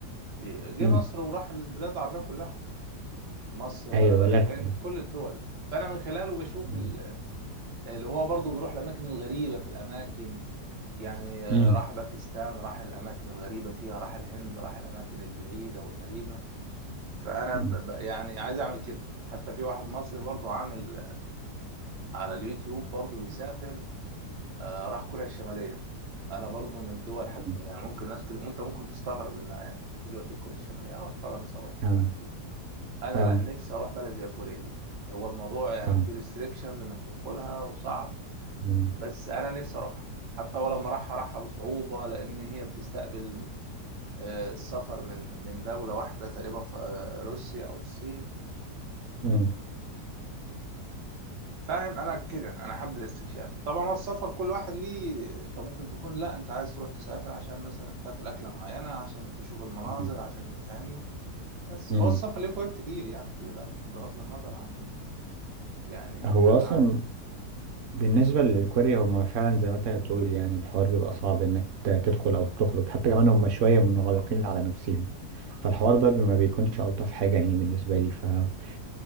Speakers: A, on the right; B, on the right.
A: بي- جه
B: مم.
A: مصر وراح البلاد العربية كلها مصر
B: ايوه
A: آه،
B: لا
A: الهند
B: فعلا.
A: كل الدول فأنا من خلاله بشوف
B: مم.
A: ال- اللي هو برضه بيروح الأماكن الغريبة في الأماكن يعني آه،
B: مم.
A: راح باكستان راح الأماكن الغريبة فيها راح الهند راح الأماكن البعيدة والغريبة فأنا
B: مم.
A: ب... ب- يعني عايز أعمل كده حتى في واحد مصري برضه عامل على اليوتيوب برضه بيسافر آه، راح كوريا الشمالية أنا برضو من الدول حد
B: مم.
A: يعني ممكن ناس كده وأنت ممكن تستغرب إن إيه اللي يوديك كوريا الشمالية أروح فرنسا أروح مش
B: اه
A: عارف إيه أنا
B: اه
A: لأ نفسي أروح بلد زي كوريا دي هو الموضوع يعني
B: اه
A: فيه ريستريكشنز إنك تدخلها وصعب
B: مم.
A: بس أنا نفسي أروحها حتى هو لما راحها راحها بصعوبة لأن هي بتستقبل آه، السفر من من دولة واحدة تقريبا في آه، روسيا أو الصين
B: مم.
A: فاهم انا كده انا حابب الاستكشاف طبعا هو السفر كل واحد ليه انت ممكن تكون لا انت عايز تروح تسافر عشان مثلا تاكل اكله معينه عشان تشوف المناظر
B: مم.
A: عشان فاهمني بس
B: مم.
A: فهو السفر ليه فوائد كتير يعني خلي بالك بغض النظر عن يعني
B: هو
A: انا
B: اصلا
A: عايز
B: بالنسبة للكوري هما فعلا زي ما انت بتقول يعني الحوار بيبقى صعب انك ت- تدخل او تخرج حتى كمان هما شوية منغلقين على نفسهم فالحوار ده ما بيكونش ألطف حاجة يعني بالنسبة لي فأنا